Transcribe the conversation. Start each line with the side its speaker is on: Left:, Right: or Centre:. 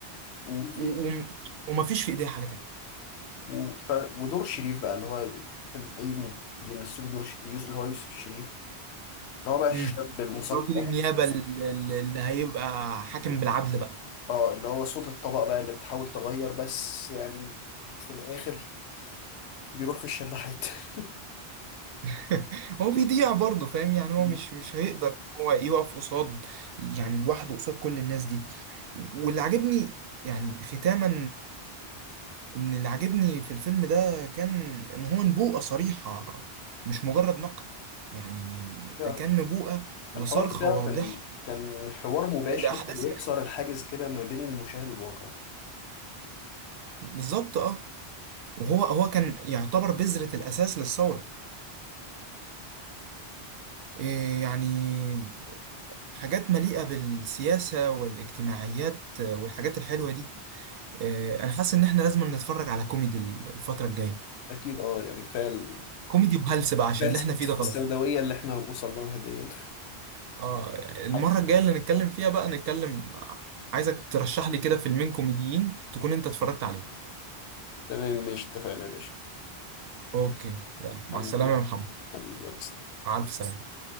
Left: م-
Right: و... و... ومفيش في ايديها حاجه تانية
Left: م- ف... ودور شريف بقى اللي هو كان أي بيمثلوا دور ش... يوسف اللي هو يوسف الشريف اللي هو بقى الشاب
Right: امم
Left: المثقف
Right: وكيل النيابه ال- ال- اللي هيبقى حاكم بالعدل بقى
Left: اه اللي هو صوت الطبقة بقى اللي بتحاول تغير بس يعني في الآخر بيروح في الشلاحات <laughs>
Right: <laughs> هو بيضيع برضه فاهم يعني
Left: مم.
Right: هو مش مش هيقدر هو يقف قصاد يعني لوحده قصاد كل الناس دي واللي عاجبني يعني ختاما ان اللي عاجبني في الفيلم ده كان ان هو نبوءة صريحة مش مجرد نقد يعني
Left: يعني
Right: ده كان نبوءة وصرخة
Left: الحوار بتاعه
Right: واضحة
Left: كان كان حوار مباشر
Right: لأحداث
Left: بيكسر
Right: يعني
Left: الحاجز كده ما بين المشاهد والواقع
Right: بالظبط اه وهو هو كان يعتبر بذرة الأساس للثورة إيه يعني حاجات مليئة بالسياسة والاجتماعيات آه، والحاجات الحلوة دي إيه أنا حاسس إن إحنا لازم نتفرج على كوميدي الفترة الجاية
Left: اكيد اه يعني كفايه ال-
Right: كوميدي وهلس بقى عشان
Left: كفاية
Right: اللي إحنا فيه ده غلط
Left: السوداويه اللي احنا هنوصل لها دي <laughs>
Right: آه المرة
Left: حبيبي،
Right: الجاية اللي نتكلم فيها بقى نتكلم عايزك ترشح لي كده فيلمين كوميديين تكون أنت اتفرجت عليهم
Left: تمام ماشي اتفقنا يا باشا
Right: أوكي يلا
Left: حبيبي
Right: مع السلامة يا محمد
Left: حبيبي يلا سلام.
Right: مع ألف سلامة